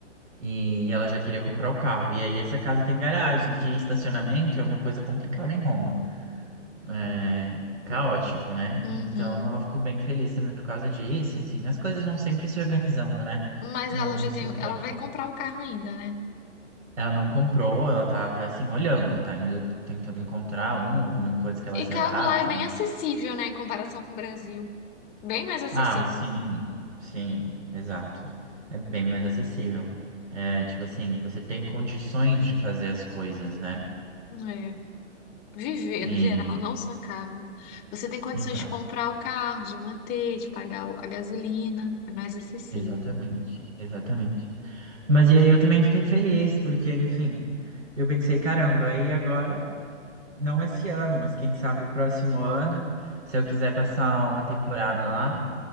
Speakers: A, on the right; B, on the left.
A: E ela já queria comprar o carro. E aí essa casa tem garagem, que estacionamento é uma coisa complicada em Roma. É caótico, né?
B: Uhum.
A: Então ela ficou bem feliz também por causa disso. Enfim, as coisas vão sempre se organizando, né?
B: Mas
A: No,
B: ela já
A: no seu
B: tem,
A: tempo.
B: ela vai comprar o carro ainda, né?
A: Ela não comprou, ela tá, tá assim, olhando, tá ainda tentando encontrar um, alguma coisa que ela
B: E
A: se
B: carro
A: adapte.
B: lá é bem
A: algum-
B: acessível, né, em comparação com o Brasil. Bem mais acessível.
A: Ah, sim, sim, exato. É bem mais acessível. É, tipo assim, você tem condições de fazer as coisas, né?
B: é Viver
A: E,
B: no geral, não só carro. Você tem condições
A: exato,
B: de comprar o carro, de manter, de pagar o- a gasolina, é mais acessível.
A: exatamente, exatamente. Mas e aí eu também fiquei feliz, porque, enfim, eu pensei, caramba, e agora, não esse ano, mas quem sabe o próximo ano, se eu quiser passar uma temporada lá.